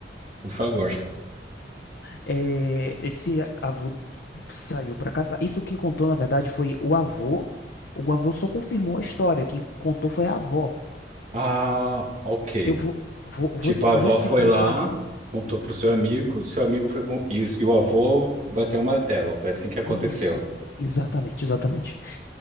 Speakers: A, on the right; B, on the left.
A: Por favor.
B: É, esse avô saiu para casar. Isso quem contou, na verdade, foi o avô. O avô só confirmou a história. Quem contou foi a avó.
A: Ah, ok.
B: Eu vou, vou, vou,
A: Tipo,
B: es- vou
A: a avó
B: explicando
A: foi lá,
B: para você.
A: contou pro seu amigo, seu amigo foi com. E, o- e o avô bateu o martelo. Foi assim que aconteceu.
B: Isso. Exatamente, exatamente.